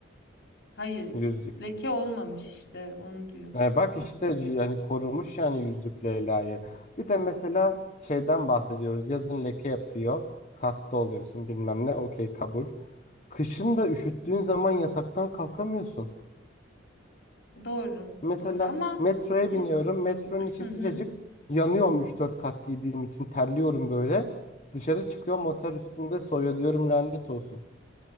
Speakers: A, on the left; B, on the left.
A: Hayır,
B: yüzlük.
A: leke olmamış işte onu diyor.
B: E, bak işte yani korumuş yani yüzlük Leyla'yı. Bir de mesela şeyden bahsediyoruz. Yazın leke yapıyor. Hasta oluyorsun bilmem ne. Okey kabul. Kışın da üşüttüğün zaman yataktan kalkamıyorsun.
A: Doğru,
B: Mesela
A: doğru ama
B: metroya
A: he-
B: biniyorum. Metronun içi
A: hı hı.
B: sıcacık. Yanıyorum üç dört kat giydiğim için terliyorum böyle. Dışarı çıkıyorum otel üstünde soyuyor diyorum lanet olsun.